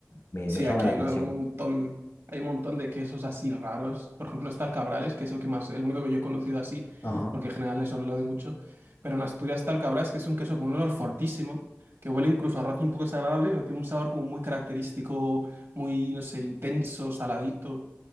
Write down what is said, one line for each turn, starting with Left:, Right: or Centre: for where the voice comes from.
Left: me,
Right: Sí,
Left: me llama
Right: aquí
Left: la
Right: hay
Left: atención.
Right: una- un montón, hay un montón de quesos así raros. Por ejemplo, está el Cabrales, que es el que más, el único que yo he conocido así,
Left: Ajá,
Right: porque en general eso no lo doy mucho, pero en Asturias está el Cabrales, que es un queso con un olor fortísimo, que huele incluso a ratos un poco desagradable, pero tiene un sabor como muy característico, muy, no sé, intenso, saladito.